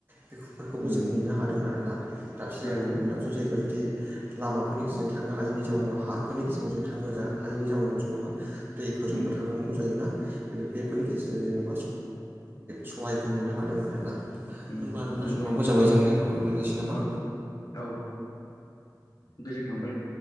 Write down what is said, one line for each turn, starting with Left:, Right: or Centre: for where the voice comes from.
Right: बेफोरखौबो
Left: उम
Right: जों मोननो हादों आरोना दाबसे जायगानिफ्राय
Left: औ नंगौ
Right: दाबसे जायगायाव जुदि लामाफोरनि गेजेरजों थांनो हायैनि जाउनाव हाफोरनि गेजेरजों थांनो हायैनि जाउनाव जोङो मा दैफोरजोंबो
Left: उम
Right: थांनां गौ जायोना बेफोरनि गेजेरजों जोङो मा सहायखौ मोननो हादों आरो ना
Left: उम
Right: होनबा नोंथां
Left: नंगौ
Right: समावबो
Left: नों-
Right: जाबाय जोंनिया थोनथ'लायनोसै नामा
Left: औ औ गोजोन थांबाय